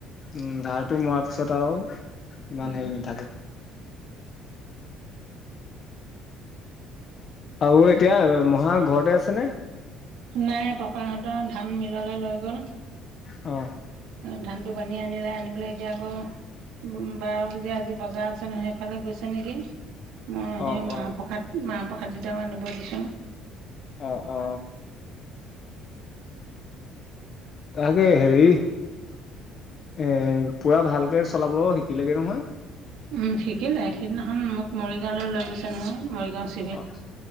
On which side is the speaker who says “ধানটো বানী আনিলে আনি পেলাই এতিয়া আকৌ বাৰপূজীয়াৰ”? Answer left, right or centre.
Right